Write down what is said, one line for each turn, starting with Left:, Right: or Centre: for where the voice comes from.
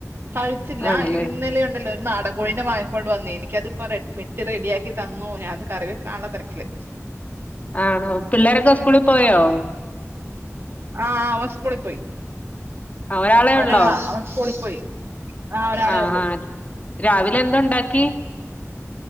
Right: കഴിച്ചില്ല
Left: ആണല്ലേ
Right: ഇന്നലെ ഉണ്ടല്ലോ. നാടൻകോഴിന്റെ വാങ്ങികൊണ്ട്‌ വന്നേ എനിക്കതിപ്പോ റെട് വെട്ടി റെഡിയാക്കി തന്നു ഞാനത് കറിവെയ്ക്കാനുള്ള തെരക്കില്.
Left: ആണോ പിള്ളേരൊക്കെ സ്കൂളിൽ പോയോ.
Right: ആഹ് അവൻ സകൂളി പോയി
Left: ഒരാളെ
Right: ഒരാളാ
Left: ഉള്ളോ
Right: അവൻ സകൂളി പോയി. ആഹ് ഒരാളേ
Left: ആ
Right: ഉള്ളൂ.
Left: ആ രാവിലെ എന്തുണ്ടാക്കി